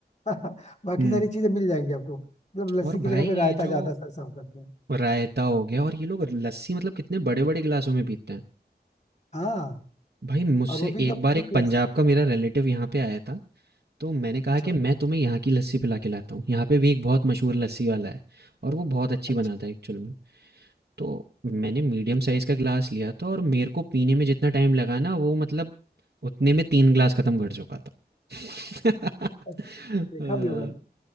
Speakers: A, on the left (about 40°); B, on the right (about 75°).
A: <laughs> बाकी
B: हम्म
A: सारी चीजें मिल जाएंगी आपको मतलब लस्सी
B: और
A: की
B: भाई
A: जगह
B: ये
A: पे रायता
B: जो
A: ज्यादा सर सर्व करते हैं
B: रायता हो गया और ये लोग लस्सी मतलब कितने बड़े बड़े गिलासों में पीते हैं
A: हाँ
B: भाई मुझसे
A: और वो भी
B: एक
A: एकदम
B: बार
A: थिक
B: एक
A: लस्सी
B: पंजाब का मेरा रिलेटिव यहाँ पे आया था तो मैंने कहा
A: अच्छा
B: कि मैं तुम्हें यहाँ की लस्सी पिला के लाता हूँ यहाँ पे भी एक बहुत मशहूर लस्सी वाला है और वो बहुत अच्छी
A: अच्छा
B: बनाता है एक्चुअल में तो मैंने मीडियम साइज़ का गिलास लिया था और मेरे को पीने में जितना टाइम लगा ना वो मतलब उतने में तीन गिलास ख़त्म कर चुका था <laughs>
A: अब देखा
B: अ,
A: भी होगा ना